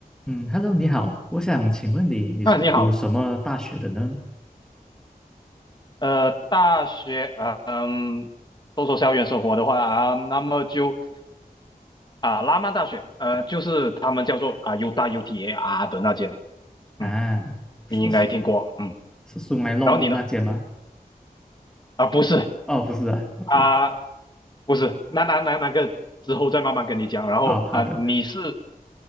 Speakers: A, in the centre; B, on the left.
A: 嗯，Hello，你好，我想请问你，你是读什么大学的呢？
B: 啊，你好，呃，大学，呃嗯，说说校园生活的话啊，那么就啊，拉曼大学，呃，就是他们叫做啊 U 大 UTAR 的那间，
A: 啊，
B: 嗯，
A: 是
B: 你应该听过，嗯，
A: 是苏埃弄那间吗？
B: 然后你呢？啊，不是
A: 哦，不是啊，OK，
B: 啊，不是，那那那那个之后再慢慢跟你讲，然后啊，
A: 哦，好的，
B: 你是，